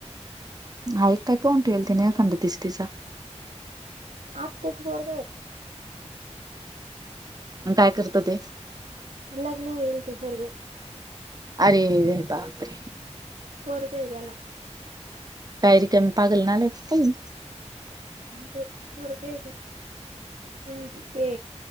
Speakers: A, on the right (about 35°); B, on the right (about 75°).
A: हाय काय पाहून ठेवला तिने एखादा तीच तिचा.
B: आत्याचा पोरगा आहे.
A: काय करत ते?
B: लग्ण होईल ते पोरगं.
A: अरे रे बापरे!
B: पोरगं हे त्याला.
A: काही रिकमी पागल नालायक आहे काय ही.
B: ते पोरगं हे. काय हम् ते.